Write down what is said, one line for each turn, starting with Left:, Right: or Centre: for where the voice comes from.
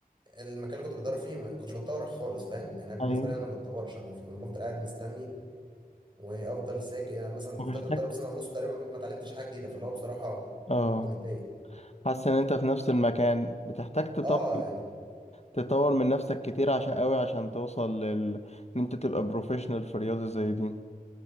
Right: المكان اللي كنت بتدرب فيه ما كنتش بتطور خالص فاهم يعني أنا بالنسبة
Left: ايوه
Right: لي انا ما بتطورش انا ف- أنا بفضل قاعد مستني وافضل ساكت يعني مثلا
Left: محتاج
Right: فضلت اتدرب سنة ونص تقريبا ما اتعلمتش حاجة جديدة فاللي هو بصراحة
Left: اه
Right: كنت متضايق
Left: حاسس ان انت في نفس المكان بتحتاج تطور
Right: اه يعني
Left: تطور من نفسك كتير عشان قوي عشان توصل لل ان انت تبقى بروفيشنال في رياضة زي دي